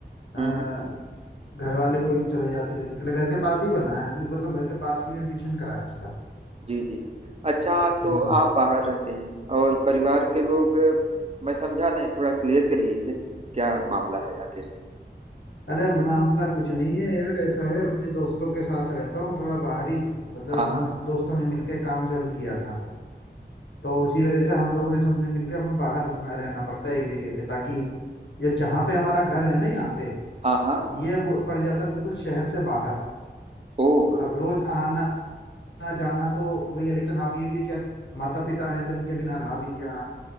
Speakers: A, on the left (about 85°); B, on the right (about 35°).
A: अ,
B: हम्म हम्म
A: घर वाले कोई भी चले जाते लेने के लिए घर के पास ही बनाया है मतलब घर के पास में एडमिशन कराया उसका
B: जी जी अच्छा तो
A: हम्म
B: आप बाहर रहते हैं और परिवार के लोग मैं समझा नहीं थोड़ा क्लियर करिए इसे क्या मामला है आखिर
A: अरे मामला कुछ नहीं है यार ऐसा है अपने दोस्तों के साथ रहता हूँ थोड़ा बाहरी मतलब
B: हाँ
A: हम
B: हाँ
A: दोस्तों ने मिलके काम चालू किया था तो उसी वजह से हम लोगों ने सबने मिलकर हमें बाहर रुकना रहना पड़ता है एक जगह पे ताकि जब जहाँ पे हमारा घर है ना यहाँ पे
B: हाँ हाँ
A: ये वो पड़ जाता है बिल्कुल शहर से बाहर
B: ओह
A: अब रोज आना जाना तो वही है लेकिन आप ये भी है कि यार माता पिता हैं तो इनके बिना रहा भी नहीं जा रहा